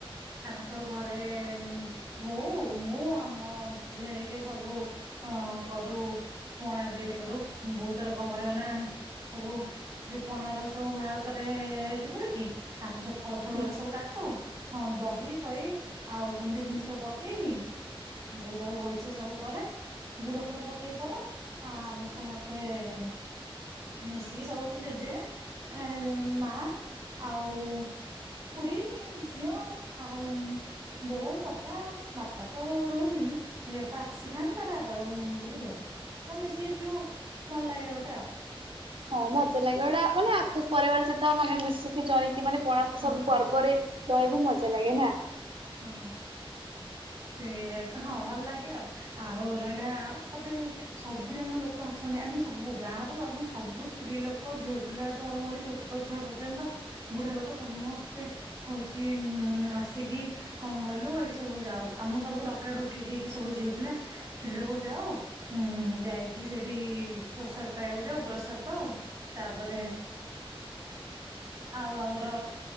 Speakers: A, on the right; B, on the right.
A: ଆମେ ସବୁ ଘରେ ଏ-ଏ ବୋଉ, ମୁଁ, ଆମ ଝିଅ ହେରିକା ସବୁ ଅ କରୁ ପଣା ତିଆରି କରୁ। ବୋଉ ତାର କଣ କରିବ ନା ସବୁ ସେ ଯୋଉ ପଣାର ସବୁ ବାହାର କରେ ଚିପୁଡ଼ିକି ଆମେ ସବୁ ଫଳ ଫଳରେ
B: ହୁଁ
A: ସବୁ କାଟୁ ହଁ ଦହି ଫହି ଆଉ ବୁନ୍ଦି ଫୁନ୍ଦି ସବୁ ପକେଇକି ବୋଉ ତାକୁ ଆଉ ଭଲସେ ସବୁ କରେ, ଗୁଡ଼ ଫୁଡ଼ ପକେଇ କରେ। ଆ ଆମେ ସମସ୍ତେ ଏ-ଏ ମିଶିକି ସବୁ ଜେଜେ ଏ ଯ ମା ଆଉ ଖୁଡ଼ି ଝିଅ ଆଉ ବୋଉ, ବାପା। ବାପା ତ ରୁହନ୍ତିନି ସେ ବାପା ଆସିଥାନନ୍ତି ତାର ବାପା ମୁ କ ବି ଦଉ। ସବୁ ମିଶିକି ପିଉ ଭଲ ଲାଗେ ଗୋଟେ ଆ
B: ହଁ ମଜା ଲାଗେ ଗୋଟେ ମାନେ ଆଖୁ ପରିବାର ସହିତ ମାନେ ମିଶିକି ଚଳିକି ସେ ମାନେ କୋଣାକ
A: ହଁ
B: ସବୁ ପର୍ବରେ
A: ହଁ
B: ରହିବୁ ମଜା ଲାଗେ ନା।
A: ହଁ ସେଇଆା ହଁ ଭଲ ଲାଗେ ଆଉ ଆଉ ରହିଲା ତାପରେ ସବୁ ଯାକ ଲୋକ ଆସନ୍ତି ଆମେ ସବୁ ଗାଁର ଆମ ସବୁ ସ୍ତ୍ରୀ ଲୋକ ଝିଅ ପିଲାଠୁ ଆରମ୍ଭ କରି ଛୋଟ ଛୁଆ ପର୍ଯ୍ୟନ୍ତ ବୁଢା ଲୋକ ସମସ୍ତେ ହଉଛି ଉ ଆସିକି କଣ କହିଲୁ ଏଇଠି ସବୁ ଯାଉ ଆମ ସବୁ ଡକାଡୁକି ହେଇକି ସବୁ ଝିଅ ପିଲା ସ୍ତ୍ରୀ ଲୋକ ଯାଉ ଉ ଯାଇକି ସେଇଠି ପ୍ରସାଦ ପାଇବାକୁ ଯାଉ ପ୍ରସାଦ ପାଉ ତାପରେ ଆଉ ଆମର